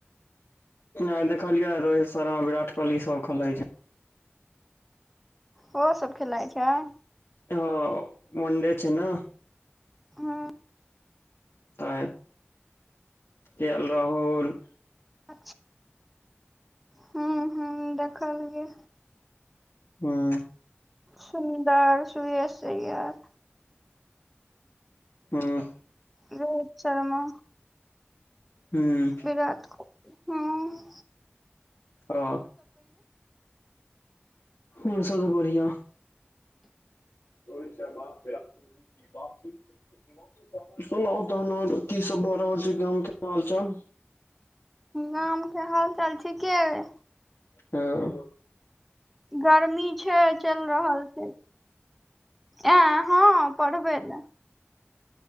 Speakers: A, on the left; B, in the centre.
A: आ देखलियै रोहित शर्मा विराट कोहली सब खेलैय छैय
B: ओहो सब खेलाइ छैय
A: हॅं वनडे छैय नऽ
B: हू
A: तै के एल राहुल
B: अच्छा हुँ हुँ देखलियै
A: हुँ
B: सुन्दर सुयश अय्यर
A: हूॅं
B: रोहित शर्मा
A: हूँ
B: विराट कोहली हॅं
A: हँ हम सब तऽ बढ़ियाँ <inaudible> सुनाउ तहन आर की सब भऽ रहल छै गाम के हाल चाल
B: गामके हाल चाल ठीके ऐ
A: हँ
B: गरमी छै चलि रहल छै ऐं हँ पढ़बै लऽ